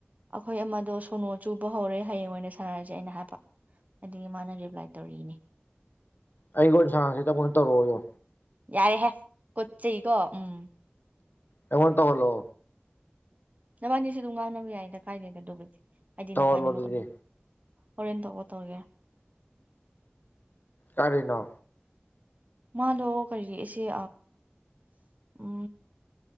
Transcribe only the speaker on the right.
ꯑꯩꯈꯣꯏ ꯑꯃꯗꯣ ꯁꯣꯅꯣ ꯆꯨꯕ ꯍꯧꯔꯦ ꯍꯌꯦꯡ ꯑꯣꯏꯅ ꯁꯥꯟꯅꯔꯁꯦ ꯑꯩꯅ ꯍꯥꯏꯕ ꯑꯗꯨꯗꯒꯤ ꯃꯥꯅ ꯔꯤꯄ꯭ꯂꯥꯏ ꯇꯧꯔꯛꯏꯅꯦ
ꯌꯥꯔꯦꯍꯦ ꯀꯣꯠ ꯆꯩꯩꯀꯣ ꯎꯝ
ꯕꯥꯅꯤꯁ ꯑꯗꯨꯝ ꯉꯥꯎꯅꯕ ꯌꯥꯏꯗ ꯀꯥꯏꯗꯦꯗ ꯑꯗꯨꯕꯨꯗꯤ ꯑ
ꯅꯄꯥꯅꯤꯃꯛ
ꯍꯣꯔꯦꯟ ꯇ ꯀ ꯇꯔꯒ
ꯃꯥꯗꯣ ꯀꯔꯤꯔꯤꯁꯤꯦ ꯎ